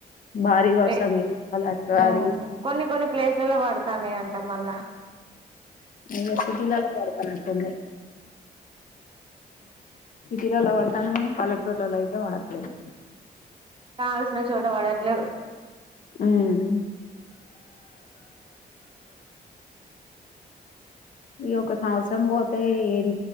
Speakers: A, on the left (about 55°); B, on the right (about 35°).
A: భారీ వర్షం
B: వే
A: ఇవ్వాలి అటు
B: ఉమ్
A: అది
B: కొన్ని కొన్ని ప్లేస్లలో పడతాంది అంటా మళ్ళా
A: ఏదో సిటీలలో పాడుతున్నటుంది సిటీలోలా పడుతుంది కానీ పల్లెటూర్లోలో అయితే పడట్లేదు
B: కావాల్సిన చోట పడట్లేదు
A: ఉమ్ ఈ ఒక సంవత్సరం పోతే ఏం